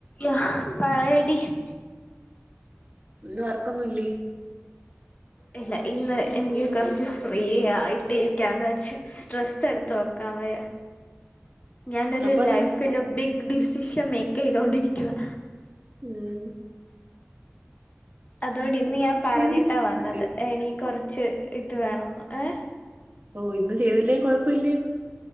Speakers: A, on the left; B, on the right.
A: യഹ് പറയെടി <inaudible>
B: ഇന്ന് വർക്കൊന്നു ഇല്ലി
A: ഇല്ല ഇന്ന് എൻക് കർച്ച് ഫ്രീയായിട്ടിരിക്കാന്ന് വെച്ച് സ്ട്രെസ്സ്ട്ത്ത് വെക്കാം വയ്യ ഞാനൊരു
B: അപ്പൊ അത്
A: ലൈഫില ബി ദിസ്സിശ്ശെ മേക്കെയ്തോണ്ടിരിക്കുവാ
B: ഉം
A: അതോണ്ട് ഇന്ന് ഞാ പറഞ്ഞിട്ടാ
B: ചെയ്തില്ലേ കുഴപ്പല്ലേ?
A: വന്നത് എണീ കൊറച്ച് ഇത് വേണോന്ന് ഏഹ്
B: ഓ ഇന്ന് ചെയ്തിലേം കൊഴപ്പൊയില്ലേന്ന്